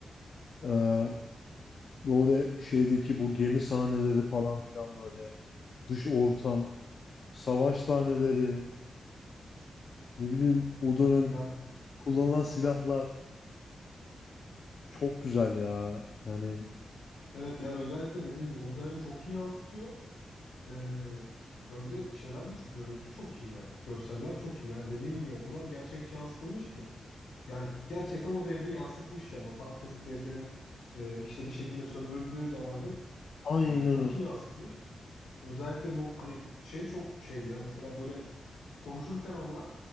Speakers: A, on the left; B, on the left.
A: Ee, böyle şeydeki bu gemi sahneleri falan filan böyle dış ortam, savaş sahneleri, ne bileyim o dönem
B: Yani
A: kullanılan silahlar çok güzel ya. Yani
B: evet yani özellikle dediğin gibi o dönemi çok iyi yansıtıyor. E, ya bir de şeyler de çok görüntü çok iyi ya. Görseller çok iyi. Yani dediğin gibi o kadar gerçekçi yansıtılmış ki. Yani gerçekten o devri yansıtmış yani o tam Kızılderililerin e, işte bir şekilde sömürüldüğü zamanı
A: aynen
B: e,
A: öyle.
B: çok iyi yansıtmış. Özellikle bu hani şey çok şeydi ya mesela böyle konuşurken onlar